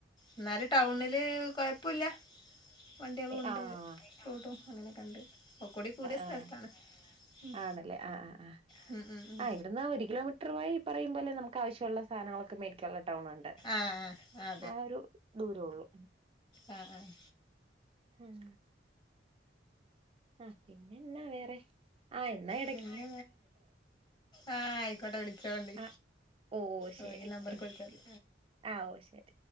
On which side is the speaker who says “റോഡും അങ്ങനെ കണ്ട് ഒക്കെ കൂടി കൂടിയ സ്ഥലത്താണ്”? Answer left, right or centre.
Left